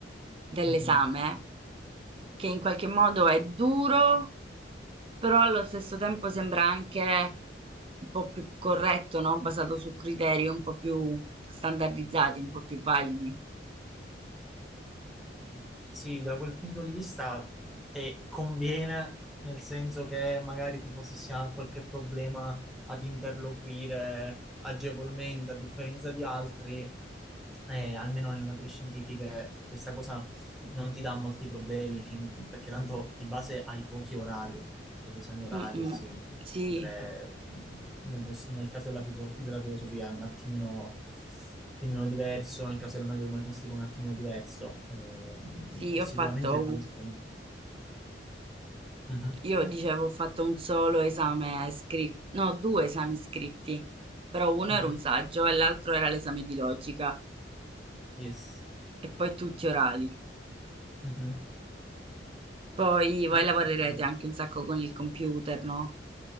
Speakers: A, on the right; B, in the centre.
A: dell'esame,
B: Mhm.
A: che in qualche modo è duro, però allo stesso tempo sembra anche un po' più corretto, no? Basato su criteri un po' più standardizzati, un po' più validi.
B: Mhm. Sì, da quel punto di vista eh, conviene, nel senso che magari tipo se si ha qualche problema ad interloquire agevolmente, a differenza di altri, eh, almeno nelle materie scientifiche questa cosa non ti dà molti problemi, fin- perché tanto di base hai pochi orali pochi esami orali
A: Mm, mm.
B: e simili.
A: Sì,
B: Mentre nel, vos- nel caso della, filoso- della filosofia è un attimino, un attimino diverso, nel caso delle materie umanistiche è un attimino diverso, ehm,
A: sì,
B: e
A: ho
B: sicuramente
A: fatto un...
B: riesce come... Mhm,
A: Io dicevo, ho fatto un solo esame scritto, no, due esami scritti, però uno
B: mhm,
A: era un saggio e l'altro era l'esame di logica
B: Yes.
A: e poi tutti orali.
B: mhm.
A: Poi
B: Tutto
A: voi lavorerete
B: uguale.
A: anche un sacco con il computer, no?